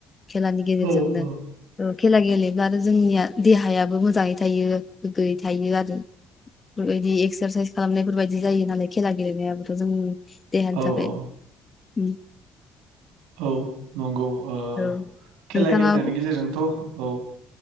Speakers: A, on the left; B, on the right.
A: खेलानि गेजेरजोंनो
B: औ
A: औ खेला गेलेब्ला आरो जोंनिया देहायाबो मोजांङै थायो गोग्गोयै थायो आरो। बेफोरबायदि एक्सारसाइस खालामनायफोरबायाददि जायो नालाय खेला गेलेनायाबोथ' जोंनि देहानि
B: औ
A: थाखाय।
B: औ
A: उम
B: औ नंगौ ओ
A: औ
B: खेला
A: नोंथाङा
B: गेलेनायनि गेजेरजोंथ' औ